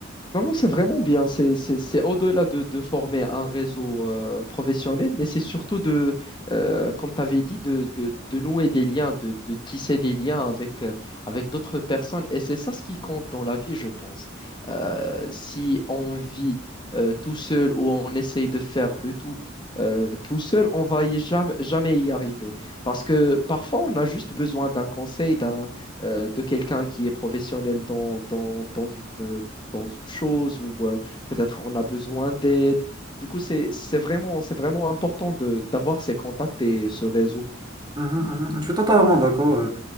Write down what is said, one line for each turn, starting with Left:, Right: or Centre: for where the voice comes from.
Left: Non, non, c'est vraiment bien. C'est, c'est, c'est au-delà de, de former un réseau euh, professionnel, mais c'est surtout de, euh, comme tu avais dit, de, de, de nouer des liens, de, de tisser des liens avec, euh, avec d'autres personnes. Et c'est ça ce qui compte dans la vie, je pense. Euh, si on vit euh, tout seul ou on essaye de faire le tout euh, tout seul, on va y jamais, jamais y arriver. Parce que parfois, on a juste besoin d'un conseil, d'un, euh, de quelqu'un qui est professionnel dans, dans, dans une, dans une chose ou euh, peut-être on a besoin d'aide. Du coup, c'est, c'est vraiment, c'est vraiment important de, d'avoir ces contacts et ce réseau.
Right: Mhm, mhm. Je suis totalement d'accord. euh,